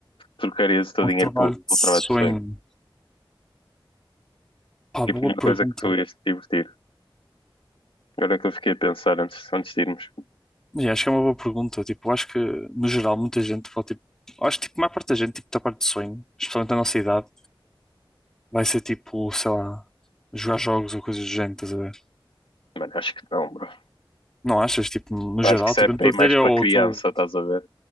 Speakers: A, on the left (about 75°); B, in the centre.
A: Trocarias o teu
B: Bom
A: dinheiro
B: trabalho
A: por,
B: de sonho.
A: pelo trabalho de sonho?
B: Pá,
A: Tipo,
B: boa
A: uma
B: pergunta.
A: coisa que tu ias te divertir. Agora que eu fiquei a pensar antes, antes de irmos.
B: Yeah, acho que é uma boa pergunta. Tipo, acho que, no geral, muita gente pode, tipo, acho que, tipo, a maior parte da gente, tipo, da parte de sonho, especialmente da nossa idade, vai ser, tipo, sei lá, jogar jogos ou coisas do género, estás a ver?
A: Mano, acho que não, bro.
B: Não achas? Tipo, no
A: Eu
B: geral,
A: Acho que isso
B: tipo,
A: é bem
B: eu não estou a
A: mais
B: dizer eu
A: para
B: ou
A: criança,
B: tu.
A: estás a ver?